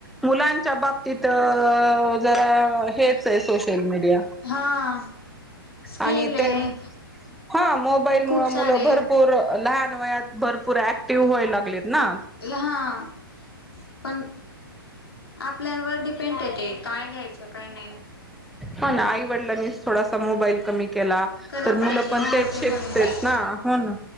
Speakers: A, in the centre; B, on the left (about 85°).
A: मुलांच्या बाबतीत जरा हेच आहे सोशल मीडिया.
B: हा स्केल
A: आणि
B: आहे.
A: ते हा मोबाईल
B: खूप
A: मुळं
B: सारे
A: मुलं भरपूर लहान वयात भरपूर ऍक्टिव व्हायला लागलेत ना.
B: हा पण आपल्यावर डिपेंड आहे ते, काय घ्यायचं काय नाही.
A: हो ना आईवडिलांनीच थोडासा मोबाईल कमी केला
B: कला
A: तर मुलं
B: पाहिजे
A: पण
B: हा
A: तेच
B: ते
A: शिकतेत
B: पण आहे.
A: ना, हो ना.